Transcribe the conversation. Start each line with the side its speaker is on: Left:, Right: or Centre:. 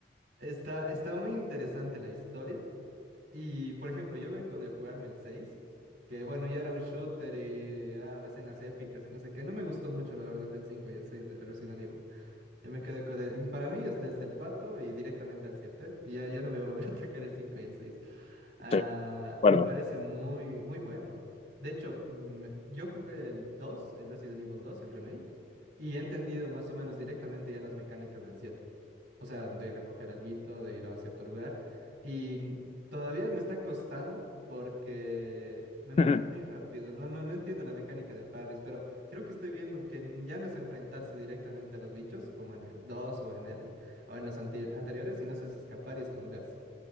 Right: Está, está muy interesante la historia. Y, por ejemplo, yo vengo de jugarme el 6 que bueno, ya era un shooter y ah, escenas épicas y no sé qué. No me gustó mucho, la verdad, el 5 y el 6 de Resident Evil. Yo me quedé con... el- Y para mí es desde el 4 y directamente al siete Y ya, ya no voy a volver a <laughs> tocar el 5 y el seis Ah,
Left: de acuerdo.
Right: me parece muy, muy bueno. De hecho, mm, yo jugué el dos el Resident Evil dos el remake, y he entendido más o menos directamente ya las mecánicas del siete O sea, de recoger alguito, de ir a cierto lugar. Y todavía me está costando porque me mata
Left: <laughs>
Right: muy rápido. No, no, no entiendo la mecánica de parries, pero Creo que estoy viendo que n- ya no es enfrentarse directamente a los bichos, como en el 2 o en el o en los anti- anteriores, sino es escapar y esconderse.